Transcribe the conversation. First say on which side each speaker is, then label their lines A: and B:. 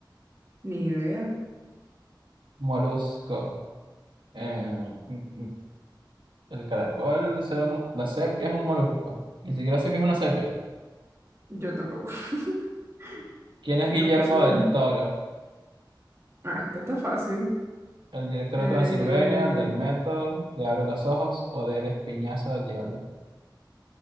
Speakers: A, on the right (about 35°); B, on the right (about 80°).
A: Ni idea.
B: Molusco. Eh, mm, mm, el caracol será un mo- La sepia es un molusco. Ni siquiera sé qué es una sepia.
A: Yo tampoco. <laughs>
B: ¿Quién es
A: Yo
B: Guillermo
A: puse el
B: del
A: mejillón.
B: Toro?
A: Ah, esta está fácil.
B: El director
A: Eh,
B: de Transilvania, del método, de Abre los Ojos o del Espiñazo del Diablo.